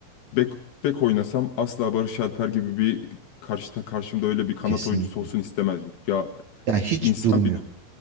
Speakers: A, on the left (about 65°); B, on the right (about 50°).
A: bek bek oynasam asla Barış Alper gibi bir karşıda karşımda öyle bir kanat
B: kesinlikle.
A: oyuncusu olsun istemezdim. Ya
B: Ya hiç
A: insan
B: durmuyor.
A: bir